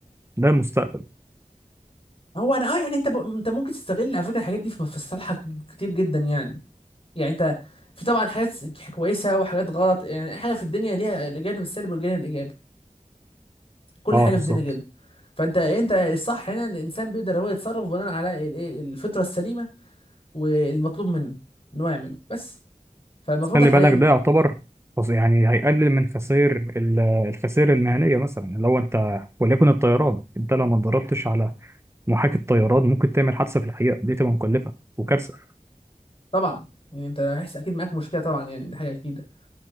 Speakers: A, on the right (about 20°); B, on the left (about 40°).
A: ده المستقبل
B: هو انا اه يعني انت ب... انت ممكن تستغل على فكره الحاجات دي في في صالحك كتير جدا يعني يعني انت في طبعا حاجات كويسه وحاجات غلط يعني اي حاجه في الدنيا ليها الجانب السلبي والجانب الايجابي كل
A: اه
B: حاجه
A: بالظبط
B: في الدنيا كده فانت يعني انت الصح هنا ان الانسان بيقدر هو يتصرف بناء على الايه الفطره السليمه والمطلوب منه ان هو يعمله بس فالمفروض
A: بس خلي
B: حاليا
A: بالك ده يعتبر خص- يعني هيقلل من خسائر ال- الخسائر المهنيه مثلا لو انت وليكن الطيران انت لو ما اتدربتش على محاكي الطيران ممكن تعمل حادثه في الحقيقه دي تبقى مكلفه وكارثه
B: طبعا يعني انت هيحس اكيد معاك مشكله طبعا يعني دي حاجه اكيده